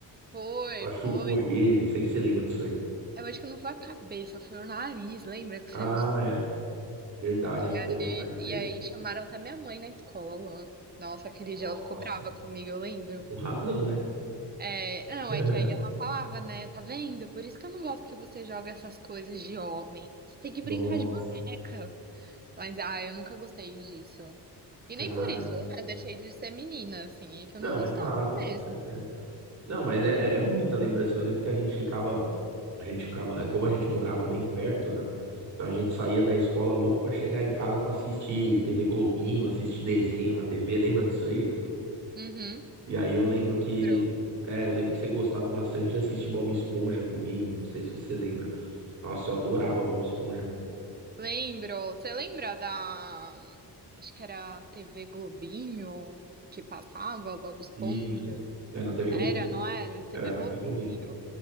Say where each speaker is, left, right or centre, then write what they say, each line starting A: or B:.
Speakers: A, on the right; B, on the right.
A: foi,
B: machucou
A: foi.
B: ele, não sei se você lembra disso aí.
A: Eu acho que não foi a cabeça, foi o nariz, lembra que
B: Ah,
A: saiu. os-
B: é, verdade,
A: E
B: que
A: aí,
B: pegou no nariz
A: e
B: dele.
A: aí chamaram até minha mãe na escola lá. Nossa, aquele
B: Nossa,
A: dia ela ficou brava comigo, eu lembro.
B: com razão, né?
A: É, não,
B: <laughs>
A: é que aí ela falava, né? Tá vendo? Por isso que eu não gosto que você joga essas coisas de homem. Você tem que
B: Nossa,
A: brincar de boneca. Mas, ah, eu nunca gostei disso. E
B: cara.
A: nem por isso, né? Deixei de ser menina, assim. É que
B: Não,
A: eu não gostava
B: exato,
A: mesmo.
B: com certeza. Não, mas é, é muita lembrança. Eu lembro que a gente ficava, a gente ficava, como a gente morava bem perto, né? Então a gente saía da escola louco pra chegar em casa pra assistir TV Globinho, assistir desenho na TV. Lembra disso aí?
A: Uhum,
B: E aí eu lembro que.
A: lembro.
B: É, eu lembro que você gostava bastante de assistir Bob Esponja comigo. Não sei se você lembra. Nossa, eu adorava Bob Esponja.
A: Lembro. Você lembra da... Acho que era TV Globinho, que passava, Bob Esponja.
B: Isso. Era na TV
A: Era,
B: Globinho.
A: não era? TV
B: Era na
A: Globinho.
B: TV Globinho.